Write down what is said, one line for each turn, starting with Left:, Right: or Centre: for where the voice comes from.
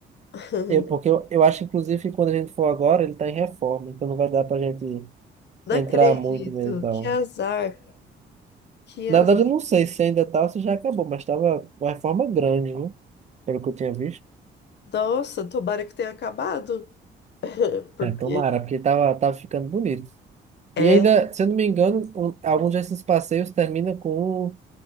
Left: <laughs>
Right: Eu, porque eu, eu acho, inclusive, que quando a gente for agora, ele está em reforma, então não vai dar pra gente
Left: Não
Right: entrar
Left: acredito.
Right: muito nele e tal.
Left: Que azar. Que
Right: Na
Left: azar.
Right: verdade, eu não sei se ainda tá ou se já acabou, mas tava uma reforma grande, né? Pelo que eu tinha visto.
Left: Nossa, tomara que tenha acabado. <laughs> Porque
Right: É, tomara, porque tava, tava ficando bonito.
Left: é.
Right: E ainda, se eu não me engano, um- alguns desses passeios terminam com um,